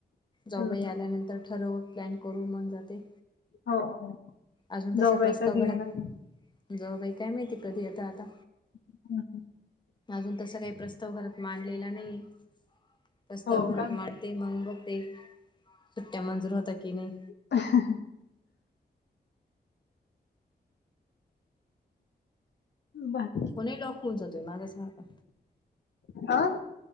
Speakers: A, on the left; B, on the left.
A: जाऊबाई
B: हम्म, हम्म.
A: आल्यानंतर ठरवू. प्लॅन करू मग जाते.
B: हो हो
A: अजून तसा
B: जाऊबाई
A: प्रस्ताव
B: कधी
A: घरात,
B: येणार आहे
A: जाऊबाई काय माहिती कधी येताय आता.
B: हम्म, हम्म.
A: अजून तसा काही प्रस्ताव घरात मांडलेला नाहीये. प्रस्ताव
B: हो
A: घरात
B: का
A: मांड- -ते. मग बघते सुट्ट्या मंजूर होता की नाही?
B: <unintelligible> बर.
A: फोनही लॉक होऊन जातोय माझा सारखा.
B: आं?